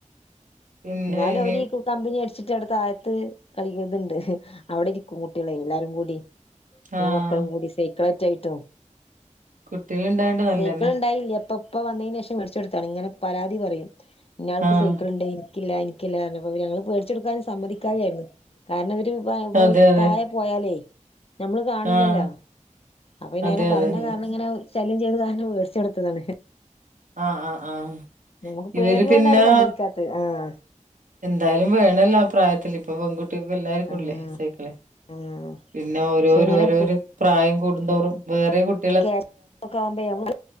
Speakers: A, on the right; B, on the left.
A: പിന്നെ
B: ന്നാലും
A: ഇനി
B: അവരീ കമ്പനി അടിച്ചിട്ട് അവിട താഴത്ത് കളിക്കിതണ്ട് അവിടെ ഇരിക്കും കുട്ടികളെ എല്ലാരും കൂടി എന്നെ
A: ആഹ്
B: മക്കളും കൂടി സൈക്കളേറ്റ് ആയിട്ടും
A: കുട്ടികൾ ഇണ്ടായോണ്ട് നല്ലന്നെ
B: സൈക്കിൾ ഇണ്ടായില്ല ഇപ്പ ഇപ്പ വന്നേന് ശേഷം വേട്ച്ചൊട്ത്തേണ് ഇങ്ങനെ പരാതി പറയും ഇന്നാൾക്ക്
A: ആഹ്
B: സൈക്കിൾ ഇണ്ട് ക്കില്ല എനിക്കല്ല പറഞ്ഞപ്പോ ഞങ്ങള് വേടിച്ചെടുക്കാനും സമ്മതിക്കാതായിര്ന്നു കാരണം ഇവര്
A: അതെ അതെ
B: തായെ പോയാലേ ഞമ്മള് കാണില്ലല്ല
A: ആഹ്
B: അപ്പൊ ഇനി
A: അതെ
B: അങ്ങനെ
A: അതെ
B: പറഞ്ഞ
A: അതെ
B: കാരണം ഇങ്ങനെ ശല്യം ചെയ്ത കാരണം വേടിച്ചോട്ത്തതാണ്
A: ആഹ് ആഹ് ആഹ്
B: നമുക്ക്
A: ഇവര്
B: പേടികൊണ്ടാണ്
A: പിന്നെ
B: സമ്മതിക്കാത്തത് ആഹ്
A: എന്തായാലും വേണല്ലോ ആ പ്രായത്തിൽ ഇപ്പ പെൺകുട്ട- ൾക്കും എല്ലാർക്കുംല്ലേ
B: ആഹ്
A: സൈക്കിള്
B: ആഹ്
A: പിന്നെ
B: പക്ഷെ
A: ഓരോരോഓരോ
B: ഇങ്ങനെ
A: പ്രായം കൂടുന്തോറും വേറെ കുട്ട
B: കേക്കെ ആവുമ്പെ മമക്ക്